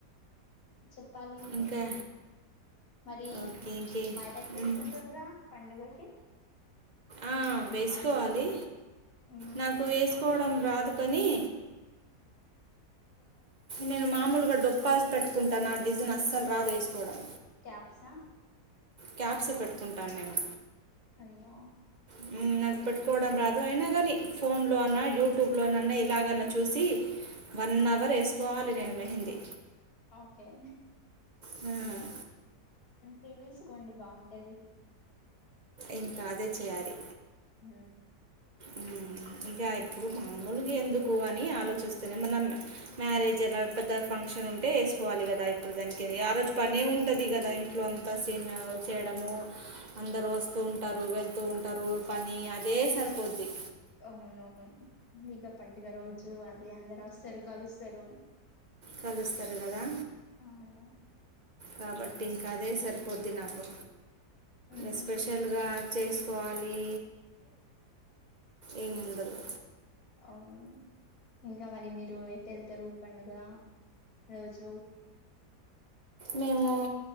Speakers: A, on the left; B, on the right.
A: చెప్పాలి మీరె
B: ఇంకా
A: మరి
B: ఓకే ఇంకే
A: మాయటక్కేసుకుంటుండరా
B: మ్.
A: పండుగకి
B: ఆ వేసుకోవాలి
A: ఉమ్
B: నాకు వేసుకోవడం రాదు కని నేను అ మామూలుగా డొప్పాస్ పెట్టుకుంటాను ఆ డిజైన్ అస్సలు రాదు వేసుకోవడం
A: క్యాప్స
B: క్యాబ్ స పెట్టు కుంటాను నేను
A: అయ్యో
B: హ్మ్ నాకు పెట్టుకోవడం రాదు అయినా కానీ ఫోన్లో అన్నా యూట్యూబ్లోన అన్నా ఇలాగన్నా చూసి వన్ అవర్ వేసుకోవాలి నేను మెహందీ
A: ఓకే
B: హ్మ్
A: తీవిస్కోండి బాగుంటాది
B: ఇంకా అదే చేయాలి
A: హ
B: ఉ ఇంకా ఇప్పుడు మామూలుగా ఎందుకు ఎక్కువ అని ఆలోచిస్తుూనే మనం మ్యారేజ్ అ పెద్ద ఫంక్షన్ ఉంటే వేసుకోవాలి కదా ఇప్పుడు దానికి ఆ రోజు పనే ఉంటుంది కదా ఇంట్లో అంతా సమ చేయడము అందరుూ వస్తూ ఉంటారు వెళ్తూ ఉంటారు పని అదే సరిపోదు అది
A: అవును ఇక పండుగ రోజు అదే అందరు వస్తారు కలుస్తారు
B: కలుస్తారు కదా
A: అవును
B: కాబట్టి ఇంకా అదే సరిపోద్ది నాకు
A: హ్మ్
B: ఎపెషల్ గా చేసుకోవాలి ఈ ముందులో
A: అవును ఇంకా మరి మీరు ఎయితే వెళ్తారు పండుగ రోజు
B: మేము